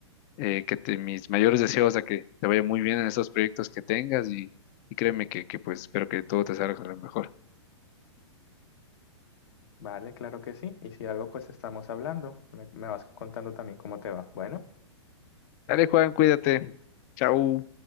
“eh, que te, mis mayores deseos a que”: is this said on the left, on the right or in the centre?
Left